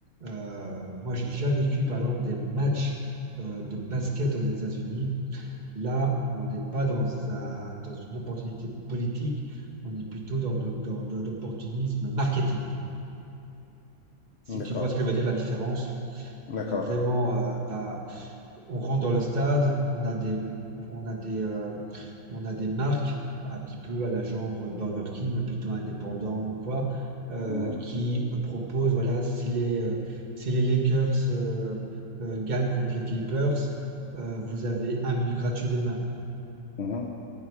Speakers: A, on the right (about 30°); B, on the left (about 50°).
A: Euh, moi, j'ai déjà vécu, par exemple, des matchs euh, de basket aux États-Unis. Là, on n'est pas dans un- dans une opportunité politique, on est plutôt dans de, dans de l'opportunisme marketing. Si
B: d'accord.
A: tu vois ce que je veux dire, la différence,
B: D'accord.
A: on est vraiment, euh, enfin, on rentre dans le stade, on a des, on a des, euh, on a des marques un petit peu à la genre Burger King, mais plutôt indépendant ou quoi, euh,
B: Mmh mh.
A: qui proposent, voilà, si les, euh, si les Lakers euh, euh, gagnent contre les Clippers, euh, vous avez un menu gratuit demain.
B: Mmh